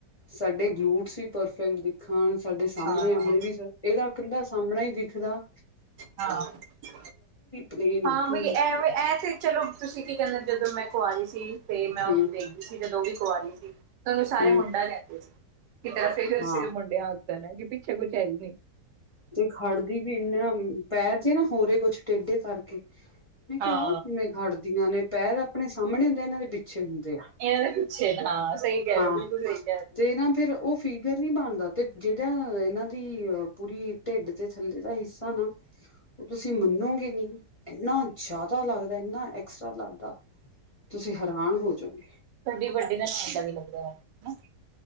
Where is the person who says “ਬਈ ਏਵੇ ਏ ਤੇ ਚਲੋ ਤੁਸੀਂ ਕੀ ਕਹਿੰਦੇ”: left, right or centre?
Right